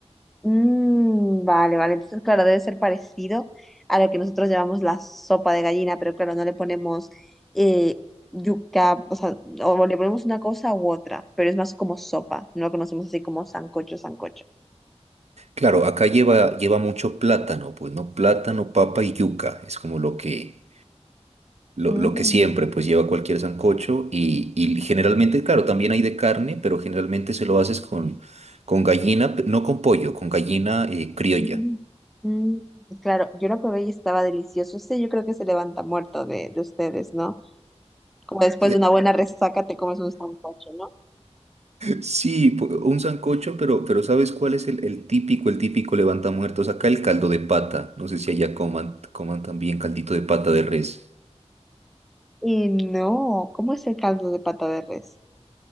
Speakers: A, in the centre; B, on the right.
A: Mm, vale, vale. Entonces, claro, debe ser parecido a lo que nosotros llamamos la sopa de gallina, pero claro, no le ponemos eh, yuca, o sea, o le ponemos una cosa u otra, pero es más como sopa. No lo conocemos así como sancocho, sancocho.
B: Claro, acá lleva, lleva mucho plátano, pues, ¿no? Plátano, papa y yuca. Es como lo que, lo,
A: Mm,
B: lo que siempre, pues, lleva cualquier sancocho. Y, y generalmente, claro, también hay de carne, pero generalmente se lo haces con, con gallina, pe- no con pollo, con gallina eh, criolla.
A: mm, mm. Claro, yo lo probé y estaba delicioso. Ese yo creo que se levanta muerto de, de ustedes, ¿no? Como después
B: <laughs>
A: de una buena resaca te comes un sancocho, ¿no?
B: Sí, pu- un sancocho, pero, pero ¿sabes cuál es el, el típico, el típico levanta muertos? Acá el caldo de pata. No sé si allá coman, coman también caldito de pata de res.
A: Y no, ¿cómo es el caldo de pata de res?